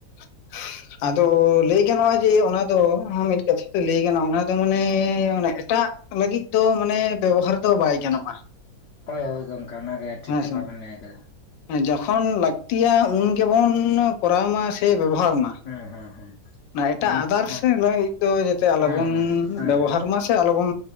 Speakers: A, on the left (about 85°); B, on the left (about 65°).
A: <unintelligible> ᱟᱫᱚ ᱞᱟᱹᱭ ᱜᱟᱱᱚᱜᱼᱟ ᱡᱮ ᱚᱱᱟ ᱫᱚ ᱢᱤᱫ ᱠᱟᱛᱷᱟ ᱛᱮ ᱞᱟᱹᱭ ᱜᱟᱱᱚᱜᱼᱟ ᱚᱱᱟ ᱫᱚ ᱢᱟᱱᱮ ᱮᱴᱟᱜ ᱞᱟᱹᱜᱤᱫ ᱫᱚ ᱢᱟᱱᱮ ᱵᱮᱵᱚᱦᱟᱨ ᱫᱚ ᱵᱟᱭ ᱜᱟᱱᱚᱜᱼᱟ᱾
B: ᱦᱳᱭ ᱦᱳᱭ ᱜᱚᱝᱠᱮ ᱚᱱᱟ ᱜᱮ ᱴᱷᱤᱠ
A: ᱦᱮᱸ
B: ᱠᱟᱛᱷᱟ
A: ᱥᱮ
B: ᱵᱮᱱ ᱞᱟᱹᱭ ᱠᱟᱫᱟ᱾
A: ᱡᱚᱠᱷᱚᱱ ᱞᱟᱹᱠᱛᱤᱭᱟ ᱩᱱ ᱜᱮᱵᱚᱱ ᱠᱚᱨᱟᱣ ᱢᱟ ᱥᱮ ᱵᱮᱵᱚᱦᱟᱨ ᱢᱟ᱾
B: ᱦᱮᱸ ᱦᱮᱸ ᱦᱮᱸ
A: ᱮᱴᱟᱜ
B: ᱜᱚᱝᱠᱮ
A: ᱟᱫᱟᱨ
B: ᱦᱮᱸ
A: ᱦᱟᱤᱫᱨᱟᱵᱟ ᱞᱟᱜᱤᱛ ᱫᱚ ᱡᱟᱛᱮ ᱟᱞᱚᱵᱚᱱ
B: ᱦᱮᱸ ᱦᱮᱸ ᱦᱮᱸ
A: ᱵᱮᱵᱚᱦᱟᱨ
B: ᱦᱮᱸ
A: ᱢᱟ ᱥᱮ ᱛᱮ ᱟᱞᱚᱵᱚᱱ